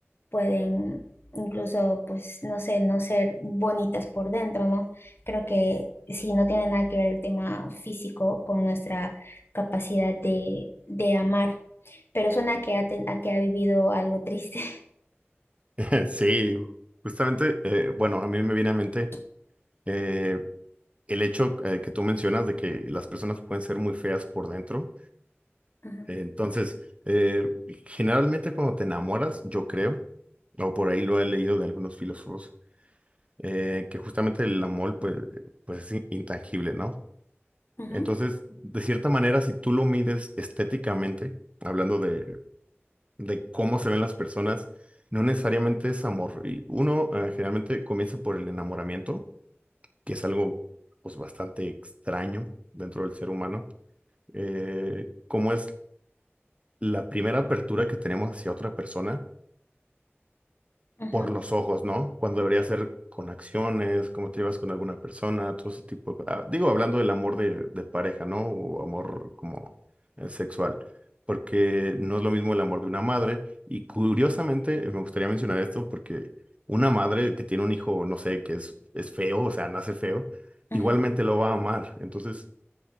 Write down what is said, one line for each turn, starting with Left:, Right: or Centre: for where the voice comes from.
Left: pueden incluso, pues, no sé, no ser bonitas por dentro, ¿no? Creo que sí, no tiene nada que ver el tema físico con nuestra capacidad de, de amar, pero suena a que ha, ten- a que ha vivido algo triste.
Right: <laughs> Sí, justamente, eh, bueno, a mí me viene a mente
Left: <laughs>
Right: eh, el hecho eh, que tú mencionas de que las personas pueden ser muy feas por dentro.
Left: Ajá,
Right: Eh, entonces, eh, generalmente cuando te enamoras, yo creo, o por ahí lo he leído de algunos filósofos, eh, que justamente el amor pues, eh, pues es in- intangible, ¿no?
Left: ajá,
Right: Entonces, de cierta manera, si tú lo mides estéticamente, hablando de, de cómo se ven las personas, no necesariamente es amor. Y uno eh, generalmente comienza por el enamoramiento que es algo pues bastante extraño dentro del ser humano, eh, cómo es la primera apertura que tenemos hacia otra persona
Left: ajá,
Right: por los ojos, ¿no? Cuando debería ser con acciones, cómo te llevas con alguna persona, todo ese tipo de... ah, digo, hablando del amor de, de pareja, ¿no? O amor como eh, sexual, porque no es lo mismo el amor de una madre. Y curiosamente, eh, me gustaría mencionar esto porque una madre que tiene un hijo, no sé, que es, es feo, o sea, nace feo,
Left: ajá.
Right: igualmente lo va a amar. Entonces,